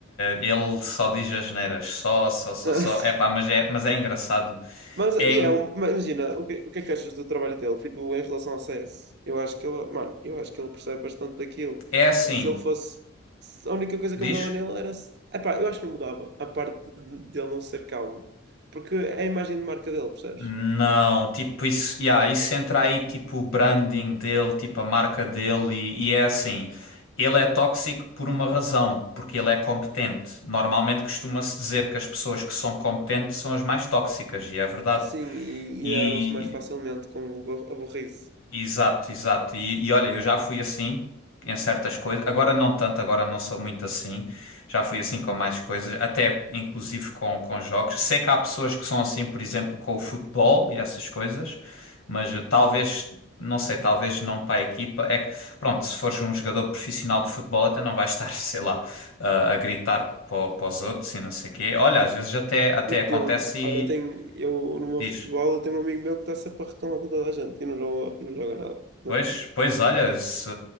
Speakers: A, on the left; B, on the right.
A: Ele só diz as asneiras, só, só, só,
B: <laughs>
A: só. É pá, mas é, mas é engraçado.
B: Mas,
A: É,
B: e
A: en-
B: é um- mas imagina, o que, o que é que achas do trabalho dele? Tipo, em relação ao CS? Eu acho que ele, mano, eu acho que ele percebe bastante daquilo.
A: é assim,
B: Se ele fosse. se a única coisa
A: diz?
B: que eu mudava nele era. se- Epá, eu acho que não mudava a parte de- dele não ser calmo. Porque é a imagem de marca dele, percebes?
A: Não, tipo, isso, yeah, isso entra aí, tipo, o branding dele, tipo, a marca dele, e, e é assim. Ele é tóxico por uma razão, porque ele é competente. Normalmente costuma-se dizer que as pessoas que são competentes são as mais tóxicas, e é verdade.
B: Sim, e,
A: E
B: e enervam-se mais facilmente com o bur- a burrice.
A: Exato, exato. E, e olha, eu já fui assim em certas coisas. Agora não tanto, agora não sou muito assim. Já fui assim com mais coisas, até inclusive com, com jogos. Sei que há pessoas que são assim, por exemplo, com o futebol e essas coisas, mas eh, talvez, não sei, talvez não para a equipa. É que, pronto, se fores um jogador profissional de futebol, até não vais estar, <laughs> sei lá, a, a gritar para, para os outros e não sei o quê. Olha, às vezes até, até
B: Depende.
A: acontece e
B: Olha, eu tenho, eu no meu
A: diz.
B: futebol, eu tenho um amigo meu que está sempre a reclamar com toda a gente e não joga, não joga nada. Mas
A: Pois, pois, olha, se...